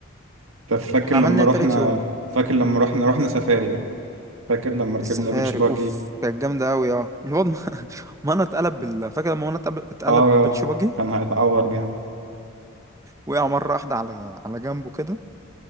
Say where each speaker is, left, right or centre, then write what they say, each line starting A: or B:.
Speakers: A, on the right; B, on the right.
A: طب فاكر
B: احنا
A: لما
B: عملنا ايه
A: رحنا
B: تالت يوم
A: فاكر لما رحنا رحنا سفاري بقى فاكر لما ركبنا
B: السفاري
A: بيتش باجي
B: اوف كانت جامده قوي اه الواد ما- <laughs> مانا اتقلب بال... فاكر لما مانا اتقلب اتقلب
A: اه
B: بالبيت شباجي
A: كان هيتعور جامد
B: وقع مره واحده على على جنبه كده